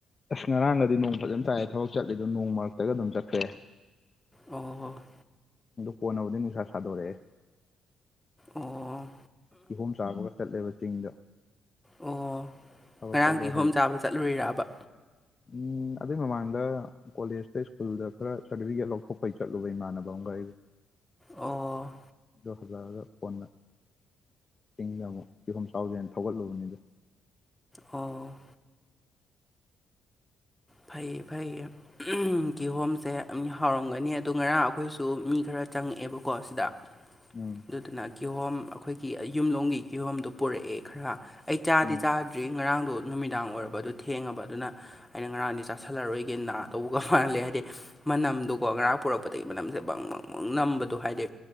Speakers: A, on the left; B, in the centre.
A: ꯑꯁ ꯉꯔꯥꯡꯒꯗꯤ ꯅꯣꯡ ꯐꯖꯅ ꯇꯥꯏ ꯊꯕꯛ ꯆꯠꯂꯤꯗꯣ ꯅꯣꯡ ꯃꯔꯛꯇꯒ ꯑꯗꯨꯝ ꯆꯠꯈ꯭ꯔꯦ
B: ꯑꯣ ꯍ <unintelligible>
A: ꯀꯣꯟꯅꯕꯨꯗꯤ ꯅꯨꯡꯁꯥ ꯁꯥꯗꯣꯔꯛꯑꯦ
B: ꯑꯣ
A: ꯀꯤꯍꯣꯝ ꯆꯥꯕꯒ ꯆꯠꯂꯦꯕ ꯆꯤꯡꯗ
B: ꯑꯣ
A: ꯊꯕꯛ
B: ꯉꯔꯥꯡ
A: ꯆꯠꯂꯨ
B: ꯀꯤꯍꯣꯝ
A: ꯍꯜꯂꯛ
B: ꯆꯥꯕ ꯆꯠꯂꯨꯔꯤꯔꯕ
A: ꯎꯝ ꯑꯗꯨꯏ ꯃꯃꯥꯡꯗ ꯀꯣꯂꯦꯖꯇ ꯁ꯭ꯀꯨꯜꯗ ꯈꯔ ꯁꯥꯔꯇꯤꯐꯤꯀꯦꯠ ꯂꯧꯊꯣꯛꯄꯩ ꯆꯠꯂꯨꯕ ꯏꯃꯥꯟꯅꯕ ꯑꯃꯒ ꯑꯩꯒ
B: ꯑꯣ
A: ꯑꯗꯨ ꯍꯜꯂꯛꯑꯒ ꯀꯣꯟꯅ ꯆꯤꯡꯗ ꯑꯃꯨꯛ ꯀꯤꯍꯣꯝ ꯆꯥꯎꯖꯦꯅ ꯊꯧꯒꯠꯂꯨꯕꯅꯤꯗ
B: ꯑꯣ ꯐꯩ -ꯐꯩ ꯀꯤꯍꯣꯝꯁꯦ ꯍꯥꯎꯔꯝꯒꯅꯤ ꯑꯗꯨ ꯉꯔꯥꯡ ꯑꯩꯈꯣꯏꯁꯨ ꯃꯤ ꯈꯔ ꯆꯪꯉꯛꯑꯦꯕꯀꯣ ꯁꯤꯗ <inaudible>
A: ꯎꯝ
B: ꯑꯗꯨꯗꯨꯅ ꯀꯤꯍꯣꯝ ꯑꯩꯈꯣꯏꯒꯤ ꯌꯨꯝꯂꯣꯡꯝꯒꯤ ꯀꯤꯍꯣꯝꯗꯣ ꯄꯨꯔꯛꯑꯦ ꯈꯔ ꯑꯩ ꯆꯥꯗꯤ
A: ꯎꯝ
B: ꯆꯥꯗ ꯑꯗꯨꯗꯩ ꯉꯔꯥꯡꯗꯣ ꯅꯨꯃꯤꯗꯥꯡ ꯑꯣꯏꯔꯕ ꯑꯗꯨ ꯊꯦꯡꯉꯕ ꯑꯗꯨꯅ ꯑꯩꯅ ꯉꯔꯥꯡꯗꯤ ꯆꯥꯁꯜꯂꯔꯣꯏꯒꯦ ꯅ ꯇꯧꯕꯒ ꯋꯥꯍꯜꯂꯦ ꯍꯥꯏꯗꯤ ꯃꯅꯝꯗꯨꯀꯣ ꯉꯔꯥꯡ ꯄꯨꯔꯛꯄꯗꯒꯤ ꯃꯅꯝꯁꯦ ꯕꯪ ꯃꯪ ꯕꯪ ꯅꯝꯕꯗꯣ ꯍꯥꯏꯗꯤ